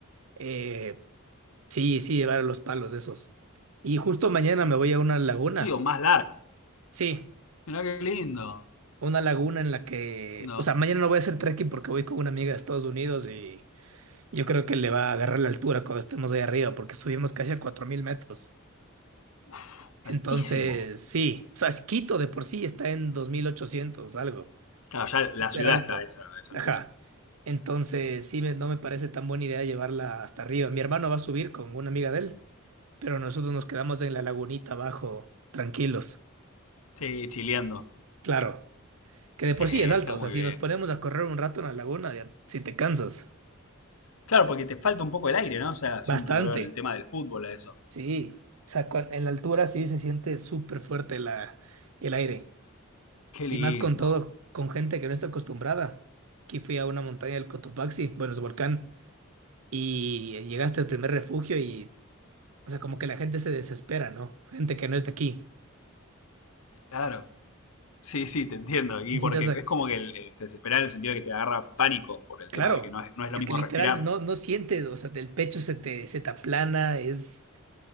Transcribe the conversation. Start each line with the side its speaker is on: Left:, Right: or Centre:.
Right: eh, sí, sí llevar los palos de esos. Y justo mañana me voy a una laguna.
Left: Sí, o más largas.
Right: Sí.
Left: Mirá qué lindo.
Right: una laguna en la que,
Left: lindo.
Right: o sea, mañana no voy a hacer trekking porque voy con una amiga de Estados Unidos y yo creo que le va a agarrar la altura cuando estemos ahí arriba porque subimos casi a 4000 metros.
Left: Uf,
Right: Entonces,
Left: altísimo.
Right: sí, o sea, es Quito de por sí está en 2800 algo,
Left: Claro, ya la
Right: súper
Left: ciudad
Right: alto.
Left: está a esa, a esa
Right: Ajá.
Left: altura.
Right: Entonces, sí, me- no me parece tan buena idea llevarla hasta arriba. Mi hermano va a subir con una amiga de él, pero nosotros nos quedamos en la lagunita abajo, tranquilos.
Left: Sí, chileando.
Right: Claro, que de
Left: Sí,
Right: por
Left: está
Right: sí es alto, o
Left: muy
Right: sea, si
Left: bien.
Right: nos ponemos a correr un rato en la laguna, ya, si te cansas.
Left: Claro, porque te falta un poco el aire, ¿no? O sea, siempre
Right: Bastante,
Left: lo veo en el tema del fútbol a eso.
Right: sí. O sea, cua- en la altura sí se siente súper fuerte la, el aire.
Left: Qué lindo.
Right: Y más con todo, con gente que no está acostumbrada. Aquí fui a una montaña del Cotopaxi, bueno, es volcán, y llegaste al primer refugio y, o sea, como que la gente se desespera, ¿no? Gente que no es de aquí.
Left: Claro. Sí, sí, te entiendo. Y
Right: Necesitas,
Left: porque
Right: a-
Left: es como que el, el te en el sentido de que te agarra pánico por el
Right: claro,
Left: tema de que no es, no
Right: es
Left: es lo mismo
Right: que literal
Left: respirar.
Right: no, no sientes, o sea, del pecho se te, se te aplana, es,